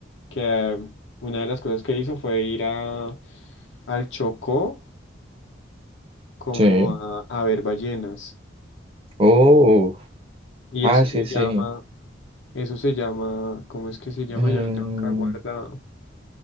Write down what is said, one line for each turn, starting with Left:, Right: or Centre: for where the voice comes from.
Left: que eh, una de las cosas que hizo fue ir a, al Chocó como
Right: sí.
Left: a, a ver ballenas.
Right: Oh,
Left: Y
Right: ah,
Left: eso
Right: sí,
Left: se
Right: sí.
Left: llama, eso se llama, ¿cómo es que se llama?
Right: Eh,
Left: Yo lo tengo acá guardado.